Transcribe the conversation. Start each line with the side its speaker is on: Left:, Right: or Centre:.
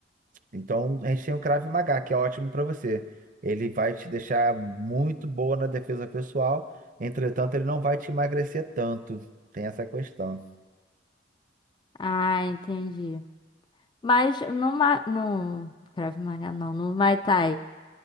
Right: Então a gente tem um Krav Maga, que é ótimo para você. Ele vai te deixar muito boa na defesa pessoal, entretanto, ele não vai te emagrecer tanto. Tem essa questão.
Left: Ah, entendi. Mas no, ma- no Krav Maga, não, no Muay Thai